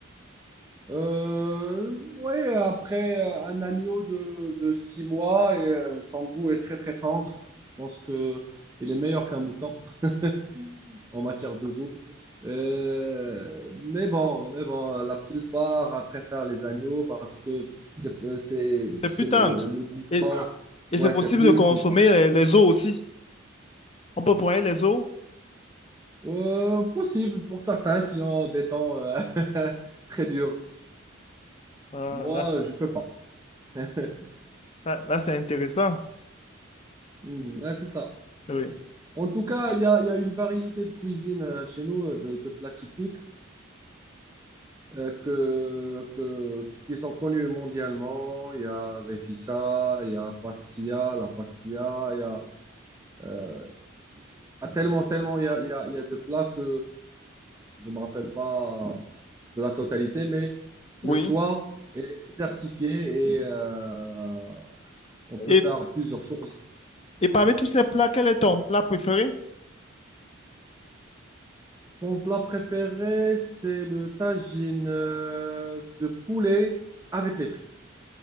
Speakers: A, on the right (about 15°); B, on the left (about 30°).
A: Euh, oui, après euh, un agneau de, de six mois, et, euh, son goût est très, très tendre. Je pense que il est meilleur qu'un mouton <laughs> en matière de goût. Euh, mais bon, mais bon, la plupart euh, préfèrent les agneaux parce que c'est euh, c'est-
B: C'est
A: c'est
B: plus tendre.
A: le, le- le goût.
B: Et,
A: tendre.
B: et c'est
A: Ouais,
B: possible
A: c'est plus
B: de consommer
A: plus tendre.
B: les, les os aussi. On peut broyer les os.
A: Euh, possible pour certains qui ont des dents euh, <laughs> très dures.
B: Ah,
A: Moi,
B: là, c'est-
A: je peux pas. <laughs>
B: là, là, c'est intéressant.
A: Hmm, ouais, c'est ça.
B: Oui.
A: En tout cas, il y a, il y a une variété de cuisine euh, chez nous, euh, de, de plats typiques euh, que, que- qui sont connus mondialement. Il y a Refissa, il y a Pastilla, la Pastilla, il y a Euh, ah, tellement, tellement, il y a, il y a- il y a de plats que je ne me rappelle pas de la totalité, mais le
B: Oui.
A: choix est diversifié et euh, on peut
B: Et,
A: faire plusieurs choses.
B: et parmi tous ces plats, quel est ton plat préféré?
A: Mon plat préféré, c'est le tagine euh, de poulet avec les frites.